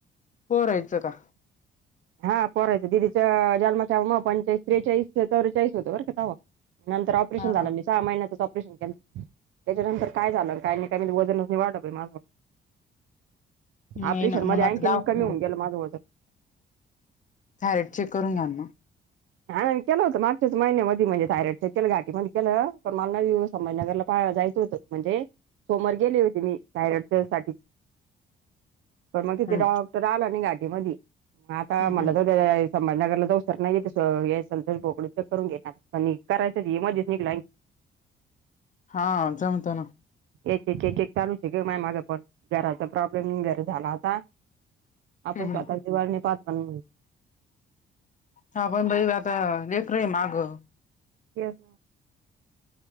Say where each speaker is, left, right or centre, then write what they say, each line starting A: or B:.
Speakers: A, on the left; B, on the right.
A: पोरायचं का?
B: हा पोरायचं दिदीचा जन्माच्या मग पंचे त्रेचाळीस चौवेचाळीस होतं बरं का तव्हा. नंतर ऑपरेशन
A: हा
B: झाला
A: हा
B: मिस सहा महिन्यातच ऑपरेशन के <inaudible> त्याच्यानंतर काय झालं काही नाही काही वजन वाटत माझं.
A: नाही
B: ऑपरेशन
A: ना
B: मध्ये
A: मग
B: आणखीन
A: आता दाखवून
B: कमी होऊन
A: घे
B: गेलं माझं वजन.
A: थायरॉइड चेक करून घ्यान म.
B: हा मी केलं होतं मार्चच्या महिन्या मध्ये म्हणजे थायरॉईडचा केलं घाटी मध्ये केलं पण मला नवी संभजनगरला पाहा जायचं होतं. म्हणजे सोमवार गेले होते मी थायरडच्या साठीच. पण म तिथे
A: हम्म
B: डॉक्टर आला नाही घाटी मधी आता
A: हम्म
B: मला
A: हम्म.
B: <unintelligible> संभाजनगरला जायचं तर नाहीये तशी तर याय संतर बोकडी चेक करून घेणार आणि करायच मधी निघलंग की.
A: हा जमतो ना.
B: एक एक एक एक चालूच आहे माय मागं पण घराचा प्रॉब्लेम वगैरे झाला होता.
A: हम्म
B: आपण स्वतःची
A: हम्म.
B: वाळणी पाहत पण
A: हा पण बाई म आता लेकरं ही मागं.
B: यस